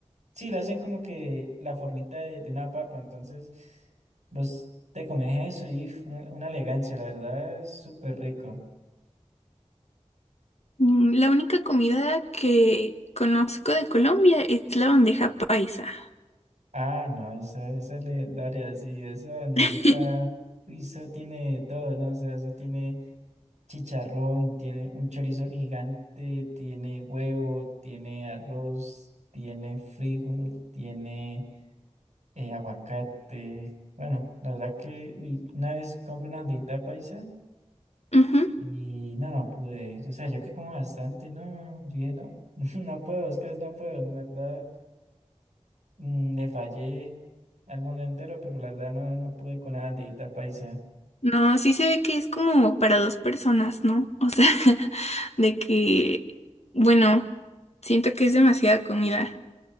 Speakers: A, on the right; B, on the left.
A: sí, le hacen como que la formita de, de una papa. Entonces, vos te comes eso y uf, una, una elegancia, la verdad, es súper rico.
B: mm, la única comida que conozco de Colombia es la bandeja paisa.
A: Ah, no, esa, esa es legendaria, sí, esa bandejita,
B: <laughs>
A: uy eso tiene de todo, ¿no? O sea, eso tiene chicharrón, tiene un chorizo gigante, tiene huevo, tiene arroz, tiene frijol, tiene eh, aguacate. Bueno, la verdad que uy, una vez compré una aldeita paisa
B: Ujú.
A: y no, no pude. O sea, yo que como bastante, no, yo dije, no, <laughs> no puedo, es que no puedo, la verdad, mm, le fallé al mundo entero, pero la verdad no, no pude con la bandeita paisa.
B: No, sí se ve que es como para dos personas, ¿no? O sea, <laughs> de que, bueno, siento que es demasiada comida